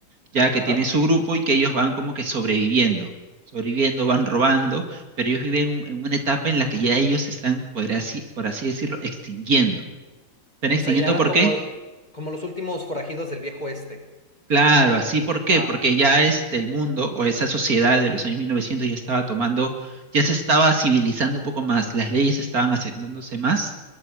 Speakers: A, on the right; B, on the left.
A: ya que
B: Ajá.
A: tienen su grupo y que ellos van como que sobreviviendo, sobreviviendo, van robando, pero ellos viven un- en una etapa en la que ya ellos se están, por así, por así decirlo, extinguiendo. ¿Están extinguiendo
B: O sea, ya eran
A: por
B: como,
A: qué?
B: como los últimos forajidos del viejo este.
A: Claro, así por qué,
B: Wow.
A: porque ya este, el mundo o esa sociedad de los años 1900 ya estaba tomando, ya se estaba civilizando un poco más, las leyes estaban asentándose más